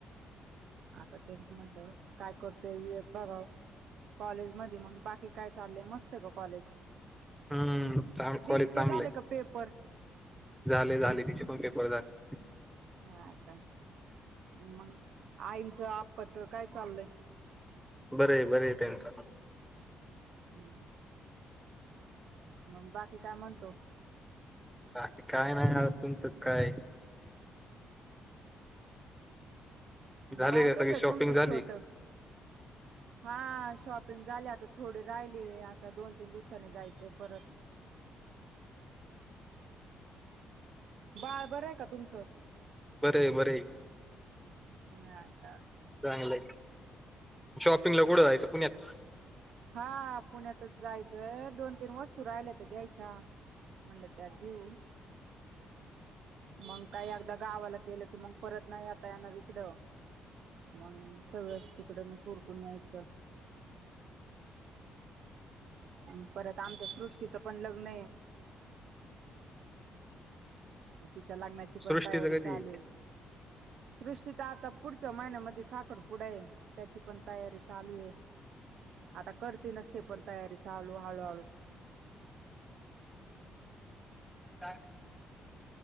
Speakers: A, on the right; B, in the centre.
A: आता तेच म्हणलं, काय करतोय विवेक बघावं? कॉलेज मध्ये मग बाकी काय चाललेय मस्त आहे का कॉलेज?
B: हम्म
A: दिदीचे
B: कॉलेज चांगलंय
A: झाले का पेपर?
B: झाले, झाले तिचे पण पेपर झाले.
A: हा का मग आईंचं आप्पाच काय चाललंय?
B: बर आहे बर आहे त्यांचा पण.
A: <inaudible> मग बाकी काय म्हणतो?
B: बाकी काय नाही आ तुमचंच काय? झाली
A: बाळ
B: का
A: कसं
B: सगळी
A: आहे
B: शॉपिंग
A: तुमचं
B: झाली
A: छोट? हा शॉपिंग झाली आता, थोडी राहिली आता दोन तीन दिवसानी जायचे परत. <inaudible> बाळ बरं आहे का तुमचं?
B: बर हाय, बर हाय.
A: हा का.
B: चांगलंय शॉपिंगला कुठ जायचं पुण्यात?
A: हा पुण्यातच जायचं दोन, तीन वस्तू राहिल्या त्या घ्यायच्या. म्हणलं त्या देऊ मंग काही एकदा गावाला गेले तर मग परत नाही आता येणार इकडं. मग सगळंच तिकडनच उरकून यायचं. आन परत आमच्या सृष्टीचं पण लग्न आहे. तिच्या लग्नाची पण
B: सृष्टीचं
A: तयारी
B: कधी
A: चालू आहे. सृष्टीचा आता पुढच्या महिन्यामध्ये साखरपुडा आहे त्याची पण तयारी चालूये. आता करते नसते पण तयारी चालू हाळूहाळू.
B: का